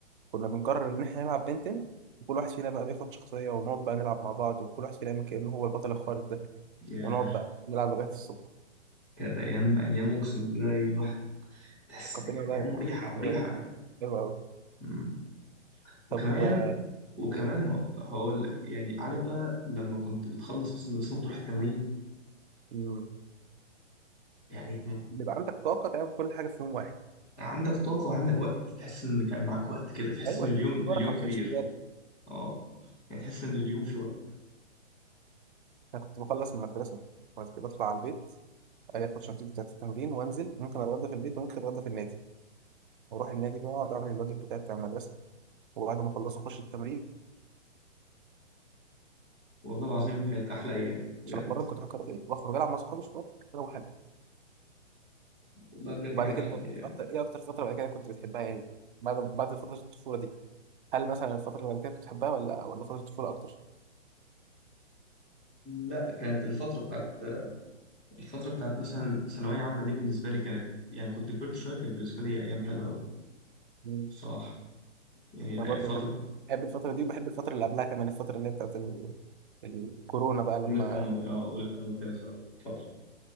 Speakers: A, on the right (about 45°); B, in the centre.
A: كنا بنقرر ان احنا نلعب بنتين وكل واحد فينا بقى بياخد شخصيه ونقعد بقى نلعب مع بعض وكل واحد فينا يعمل كانه هو البطل الخارق ده
B: ياه
A: ونقعد بقى نلعب لغايه الصبح
B: كانت ايام ايام اقسم بالله الواحد تحس
A: فكرتني
B: ان كانت
A: بقى
B: ايام مريحه
A: فكرتني
B: مريحه
A: بقى كان
B: يعني.
A: حلو قوي
B: مم. وكمان
A: طب و
B: وكمان
A: ايه
B: هق- هقول لك يعني عارف بقى لما كنت بتخلص مثلا المدرسه وتروح التمرين
A: مم،
B: يعني مم.
A: بيبقى عندك طاقه تعمل كل حاجه في يوم واحد
B: عندك طاقه وعندك وقت تحس ان كان معاك وقت كده تحس
A: ايوه
B: ان اليوم
A: ليه في بركه
B: اليوم
A: ما
B: كبير
A: كانش في جري
B: اه يعني تحس ان اليوم في وقت
A: انا كنت بخلص المدرسه وبعد كده بطلع على البيت عادي اخش نتيجتي بتاعت التمرين وانزل ممكن اتغدى في البيت وممكن اتغدى في النادي واروح النادي بقى اقعد اعمل الواجب بتاعي بتاع المدرسه وبعد ما اخلص اخش التمرين
B: والله العظيم كانت احلى ايام بجد
A: عشان اتمرن كنت بفكر في ايه واخرج العب مع صحابي شويه اروح حاجه
B: والله بجد
A: وبعد
B: كانت
A: كده
B: احلى
A: طب
B: ايام
A: فترة- ايه اكتر فتره بعد كده كنت بتحبها يعني بعد بعد فتره الطفوله دي هل مثلا الفتره اللي بعد كده كنت بتحبها ولا ولا فتره الطفوله اكتر؟
B: لا كانت الفتره بتاعت الفتره بتاعت مثلا ثانويه عامه دي بالنسبه لي كانت يعني كنت كبرت شويه كانت بالنسبه لي ايام حلوه قوي
A: مم.
B: بصراحه يعني الأي-
A: انا برضو
B: فتره
A: بحب بحب الفتره دي وبحب الفتره اللي قبلها كمان الفتره اللي هي بتاعت ال... الكورونا بقى لما
B: اولى ثانوي اه اولى ثانوي وثانيه ثانوي فتره